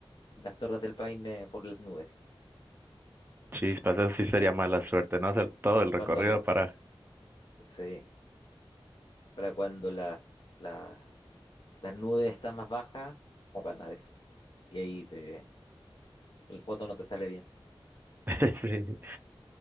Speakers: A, on the left; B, on the right.
A: las torres del Paine por las nubes.
B: Chispas, eso sí sería mala suerte, ¿no? Hacer todo el recorrido
A: Cuando la-
B: para...
A: sí, para cuando la, la- las nubes están más bajas, tapan a veces. Y ahí te, la foto no te sale bien.
B: <laughs> Sí.